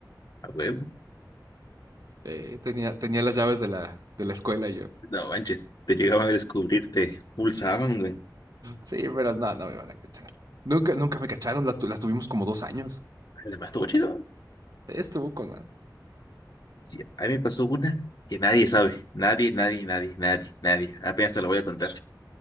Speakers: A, on the left (about 65°); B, on the right (about 60°).
A: a huevo.
B: Eh, tenía, tenía las llaves de la, de la escuela y yo.
A: No manches, te llegaban a descubrir, te pulsaban, güey.
B: Sí, pero no, no me van a cachar. Nunca, nunca me cacharon, la tu- las tuvimos como dos años.
A: Además, estuvo chido.
B: Estuvo con... la-
A: Sí, a mí me pasó una que nadie sabe. Nadie, nadie, nadie, nadie, nadie. Apenas te la voy a contar.